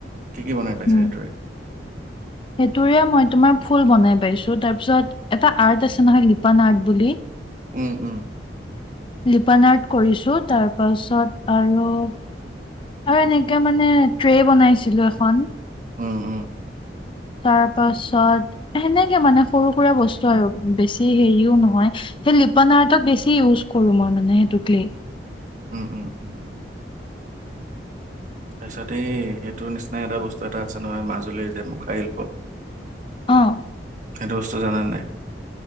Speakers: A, on the right; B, on the left.
A: কি কি বনাই পাইছা
B: উম।
A: সেইটোৰে?
B: সেইটোৰে মই তোমাৰ ফুল বনাই পাইছো, তাৰপিছত এটা আৰ্ট আছে নহয় লিপান আৰ্ট বুলি
A: উম উম।
B: লিপানাৰ্ট কৰিছোঁ তাৰ পাছত আৰু আৰু এনেকে মানে ট্ৰে বনাইছিলোঁ এখন।
A: উম, উম।
B: তাৰপাছত সেনেকে মানে সৰু সুৰা বস্তু আৰু বেছি হেৰিও নহয়। সেই লিপনাআৰ্টত বেছি ইউজ কৰোঁ, মই মানে সেইটোক ক্লে।
A: উম, উম, উম। তাৰ পিছত এই সেইটোৰ নিচিনা এটা বস্তু এটা আছে নহয় মাজুলীৰ যে মুখা শিল্প
B: অ'
A: সেইটো বস্তু জানা নে নাই?